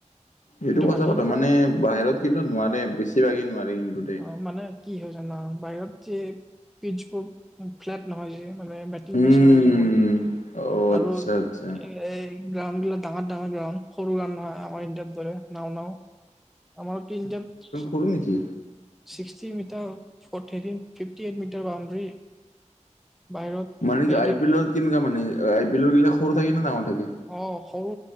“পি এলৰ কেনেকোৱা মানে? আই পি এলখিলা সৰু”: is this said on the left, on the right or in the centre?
Left